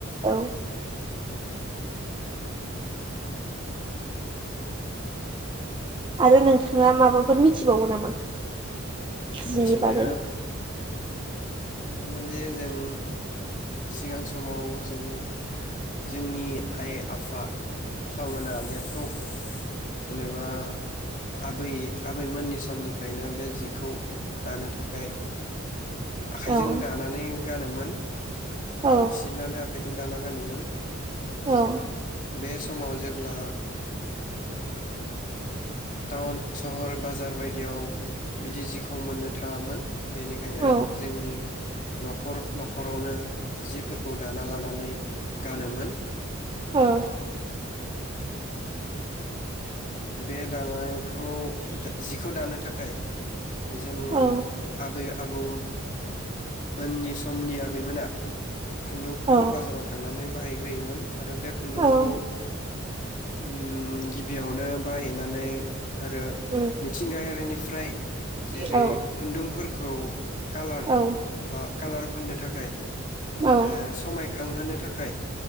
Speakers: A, on the right; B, on the left.
A: औ। आरो नोंथाङा माबाफोर मिथिबावो नामा?
B: मिथिनाया
A: जिनि बागै
B: बेखायनो जे जों सिगां समाव जों जोंनि आइ-आफा आफामोना बेखौ जेनेबा आबै आबैमोननि समनिफ्रायनो बे जिखौ दानो थाखाय आखाइजों
A: औ
B: दानानै गानोमोन।
A: औ
B: बांसिनानो आखाइजों दाना गानोमोन।
A: औ
B: जि बे समाव जेब्ला टाउन सहर बाजार बायदियाव बिदि जिखौ मोननो थाङामोन बेनिखायनो
A: औ
B: जोंनि न'खर न'खरावनो जिफोरखौ दाना लानानै गानोमोन।
A: औ।
B: बे दानायखौ जिखौ दानो थाखाय जों
A: औ
B: आबै आबौ मोननि समनि आबैमोना खुन्दुंखौ
A: औ
B: बाजाराव थांनानै बायग्रोहोयोमोन आरो बे खुन्दुंखौ
A: औ
B: उम गिबियावनो बायहैनानै आरो
A: उम
B: मिथिंगायारिनि फ्राय जेरै
A: औ
B: खुन्दुंफोर खौ कालार
A: औ
B: ब्ला कालार फोननो थाखाय ओ
A: औ
B: समाय खांहोनो थाखाय